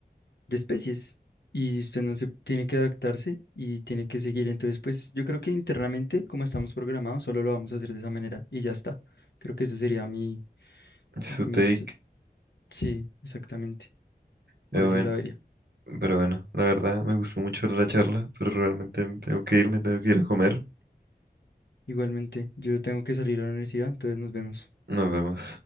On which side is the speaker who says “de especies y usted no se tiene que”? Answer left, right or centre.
Left